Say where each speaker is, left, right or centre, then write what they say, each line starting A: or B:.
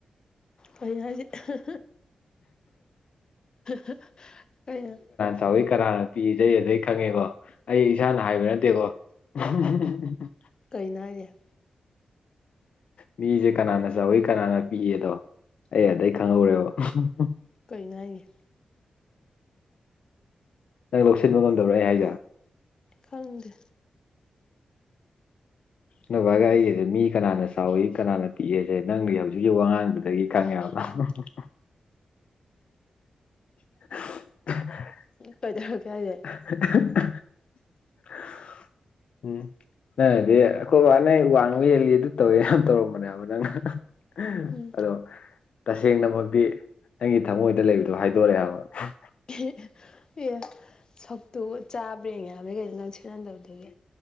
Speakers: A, on the left; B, on the left.
A: ꯀꯩꯅꯣ ꯍꯥꯏꯁꯤ ꯑꯍꯥ ꯍꯥ ꯀꯩꯅꯣ
B: ꯆꯥꯎꯋꯤ ꯀꯅꯥꯅ ꯄꯤꯛꯏꯖꯩ ꯑꯩ ꯑꯗꯩ ꯈꯪꯉꯦꯀꯣ ꯑꯩ ꯏꯁꯥꯅ ꯍꯥꯏꯕ ꯅꯠꯇꯦꯀꯣ ꯎꯨꯍ ꯍꯥ ꯍꯥ
A: ꯀꯩꯅꯣ ꯍꯥꯏꯖꯦ
B: ꯃꯤꯁꯦ ꯀꯅꯥꯅ ꯆꯥꯎꯋꯤ ꯀꯅꯥꯅ ꯄꯤꯛꯑꯦꯗꯣ ꯑꯩ ꯑꯗꯩ ꯈꯪꯍꯧꯔꯦꯕ ꯎꯨꯍꯨ ꯍꯨ
A: ꯀꯩꯅꯣ ꯍꯥꯏꯖꯤ
B: ꯅꯪ ꯂꯧꯁꯤꯟꯕ ꯉꯝꯗꯕ꯭ꯔꯥ ꯑꯩ ꯍꯥꯏꯖꯦ
A: ꯈꯪꯗꯦ
B: ꯅꯣꯏ ꯕꯥꯒ ꯑꯩꯒꯤꯁꯦ ꯃꯤ ꯀꯅꯥꯅ ꯆꯥꯎꯏ ꯀꯅꯥꯅ ꯄꯤꯛꯏꯦꯁꯦ ꯅꯪꯒꯤ ꯍꯧꯖꯤꯛꯀꯤ ꯋꯥꯉꯥꯡꯗꯨꯗꯒꯤ <unintelligible> <inaudible>
A: ꯀꯩꯗꯧꯔꯒꯦ ꯍꯥꯏꯁꯦ
B: ꯍꯥ ꯑꯍꯥ ꯍꯥ ꯍꯥ ꯎꯝ ꯅꯪꯅꯗꯤ ꯑꯩꯈꯣꯏ ꯕꯥꯅ ꯋꯥꯡꯕ ꯍꯦꯜꯂꯤ ꯑꯗꯨ ꯇꯧꯋꯦ ꯌꯥꯝ ꯇꯧꯔꯝꯕꯅꯦꯕ ꯅꯪꯅ ꯑꯍꯥ ꯍ ꯍꯥ
A: ꯎꯝ
B: ꯑꯗꯣ ꯇꯁꯦꯡꯅꯃꯛꯇꯤ ꯅꯪꯒꯤ ꯊꯃꯣꯏꯗ ꯂꯩꯕꯗꯣ ꯍꯥꯏꯗꯣꯔꯛꯑꯦꯕ
A: ꯑꯦꯍ ꯑꯦ ꯁꯛꯇꯨꯒ ꯆꯥꯕ꯭ꯔ ꯌꯦꯡꯒꯦ ꯍꯥꯏꯕꯅꯦ ꯀꯩꯩꯅꯣ ꯅꯪ ꯁꯦꯠꯍꯟꯗꯕꯗꯨꯒꯤ